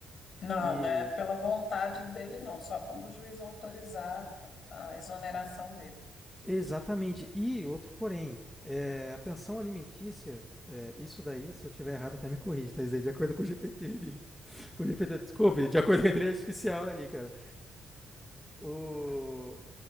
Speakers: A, on the left; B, in the centre.
A: Não,
B: E
A: não é pela vontade dele, não, só quando o juiz autorizar a exoneração dele.
B: exatamente. E outro porém, é, a pensão alimentícia, é, isso daí, se eu tiver errado, até me corrige, tá? Isso de acordo com o GPT ali. Com o GPT, desculpe, de acordo com a inteligência artificial ali, cara. O,